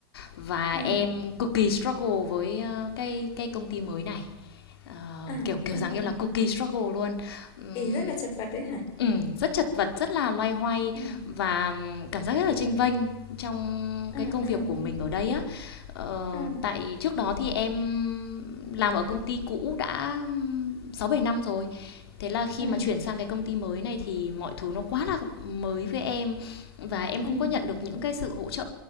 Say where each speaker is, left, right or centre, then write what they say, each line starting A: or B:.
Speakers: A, on the left; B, on the left.
A: và
B: ừ,
A: em cực kỳ struggle với ờ, cái cái công ty mới này. Ờ,
B: ừ,
A: kiểu kiểu
B: ừ,
A: dạng
B: ừ.
A: như là cookie struggle luôn Ừm,
B: Ý rất là chật vật đấy hả?
A: Ừm, rất chật vật, rất là loay hoay
B: Ừ,
A: và, cảm giác rất là chênh vênh trong
B: ừ,
A: cái công
B: ừ,
A: việc của
B: ừ,
A: mình ở đây á. Ờ,
B: ừ,
A: tại trước đó thì em làm ở công ty cũ đã sáu bảy năm rồi. Thế là khi
B: ừ,
A: mà chuyển sang cái công ty mới này thì mọi thứ nó quá là mới với em và em không
B: ừ,
A: có nhận được những cái sự hỗ trợ